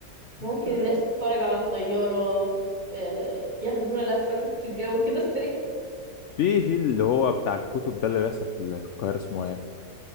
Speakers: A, on the left (about 80°); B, on the right (about 25°).
A: مم.
B: ممكن الناس تتفرج على الطيارة آه، ياخدونا لفة في في الجو كده سريع
A: في في اللي هو بتاع الكتب ده اللي بيحصل في في القاهرة اسمه ايه